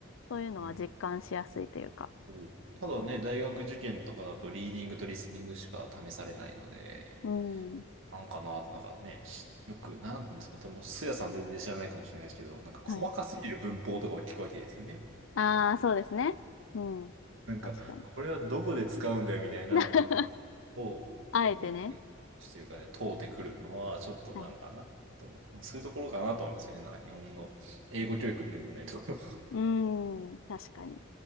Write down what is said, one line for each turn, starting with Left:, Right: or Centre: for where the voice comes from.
Left: そういうのは実感しやすいというか。
Right: うん。そうただね、大学受験とかだと、リーディングとリスニングしか試されないので、
Left: うん。
Right: なんかなと、なんかね、しよく、なんていうんですか、多分、スヤさん全然知らないかもしれないですけど、なんか細かすぎる文法とかを聞くわけですよね。
Left: はい。ああ、そうですね。うん。
Right: なんか、
Left: 確かに。
Right: これはどこで使うんだよみたいな文
Left: <laughs>
Right: を、
Left: あえてね。
Right: うん大学というかで通ってくるのは、ちょっとなんかなと思ってまあ、
Left: はい。
Right: そういうところかなと思いますよね。なんか日本の英語教育の良くないところ。
Left: うん。確かに。